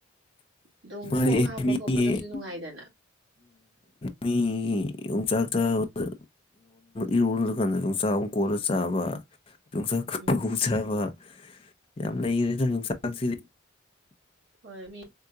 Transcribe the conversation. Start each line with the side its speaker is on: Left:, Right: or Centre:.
Right: ꯑꯗꯨꯝ
Left: ꯃꯥꯗꯤ
Right: ꯈꯣꯡ ꯍꯥꯝꯕ
Left: ꯃꯤꯒꯤ
Right: ꯈꯣꯠꯄꯗꯁꯨ ꯅꯨꯡꯉꯥꯏꯗꯅ
Left: ꯃꯤꯒꯤ ꯌꯣꯡꯆꯥꯛꯥꯕꯗꯔ ꯏꯔꯣꯜꯂꯀꯥꯟꯗ ꯌꯣꯡꯆꯥꯛ ꯏꯪꯀꯣꯜꯂ ꯆꯥꯕ ꯌꯣꯡꯆꯥꯛꯄꯣꯡ
Right: ꯎꯝ
Left: ꯆꯥꯕ
Right: ꯎꯝ
Left: ꯌꯥꯝ ꯂꯩꯈꯔꯦ ꯅꯪ ꯌꯣꯡꯆꯥꯛ ꯅꯪꯁꯤꯔꯤ
Right: ꯍꯣꯏ ꯃꯤ